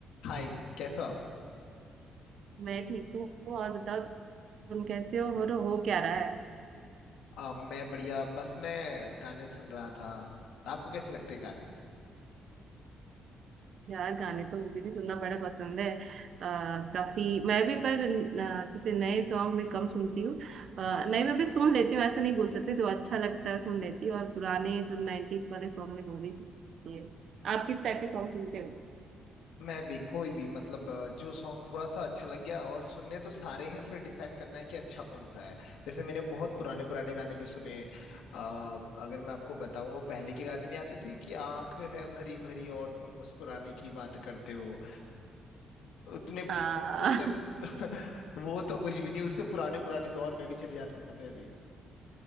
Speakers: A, on the left (about 85°); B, on the right (about 60°).
A: हाय कैसे हो आप
B: मैं ठीक हूँ और बताओ तुम कैसे हो और हो क्या रहा है
A: आ, मैं बढ़िया बस मैं गाने सुन रहा था आपको कैसे लगते हैं गाने
B: यार गाने तो मुझे भी सुनना बड़ा पसंद है अ, काफी मैं भी पर अ, जैसे नए सॉन्ग में कम सुनती हूँ अ, नए में भी सुन लेती हूँ ऐसे नहीं बोल सकते जो अच्छा लगता है सुन लेती हूँ और पुराने जो 90s वाले सॉन्ग है वो भी सुनती है आप किस टाइप के सॉन्ग सुनते हो
A: मैं भी कोई भी मतलब अ, जो सॉन्ग थोड़ा सा अच्छा लग गया और सुनने तो सारे हैं फिर डिसाइड करना है कि अच्छा कौन सा है जैसे मैंने बहुत पुराने पुराने गाने भी सुने आ, अगर मैं आपको बताऊं वो पहले के गाने नहीं आते थे कि आंख है भरी भरी और तुम मुस्कुराने की बात करते हो उतने पु-
B: आ,
A: उससे <laughs>
B: <laughs>
A: वो तो कुछ भी नहीं उससे पुराने पुराने दौर में भी चले जाता था मैं भी